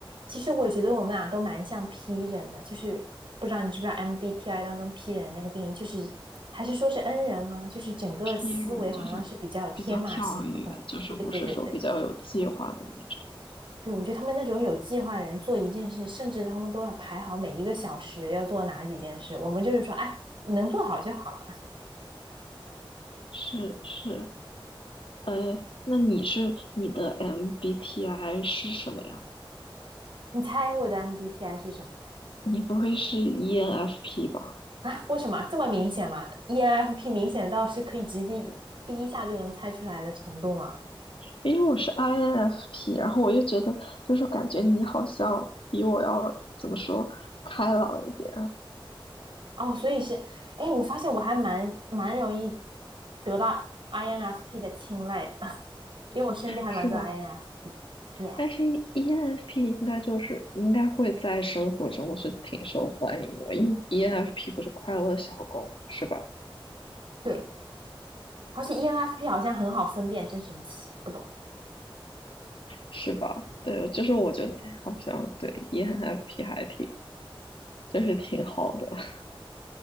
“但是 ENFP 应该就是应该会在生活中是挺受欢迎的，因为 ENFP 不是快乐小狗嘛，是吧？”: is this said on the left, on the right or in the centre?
Left